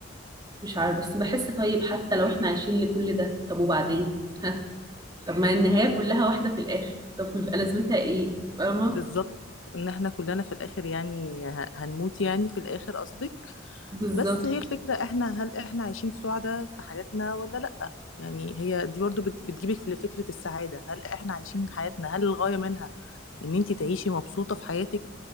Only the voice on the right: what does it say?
مش عارفه بس بحس طيب حتى لو احنا عايشين لكل ده طب وبعدين ها طب ما النهايه كلها واحده في الاخر طب بيبقى لازمتها ايه فاهمه
بالظبط